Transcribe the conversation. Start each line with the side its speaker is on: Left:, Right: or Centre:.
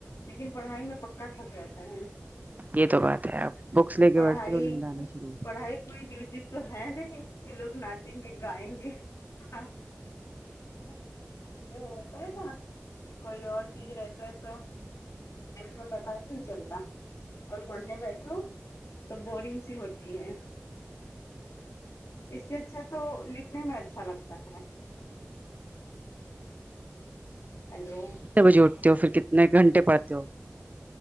Left: لیکن پڑھائی میں پکا تھک جاتا ہے
Right: یہ تو بات ہے آپ بکس لے کے
Left: پڑھائی
Right: بیٹھے تو نیند آنا شروع ہو جاتی۔
Left: پڑھائی کوئی میوزک تو ہے نہیں کہ لوگ ناچیں گے گائیں گے ہاں اچ یہ ہوتا ہے نا کہ کوئی اور چیز رہتا ہے تو
Right: ج
Left: تو پتا ہی نہیں چلتا اور کن پڑھنے بیٹھو تو بورنگ س ہوتی ہے اس سے اچھا تو لکھنے میں اچھا لگتا ہے ہیلو
Right: کتنے بجے اٹھتے ہو پھر کتنے گھنٹے پڑتے ہو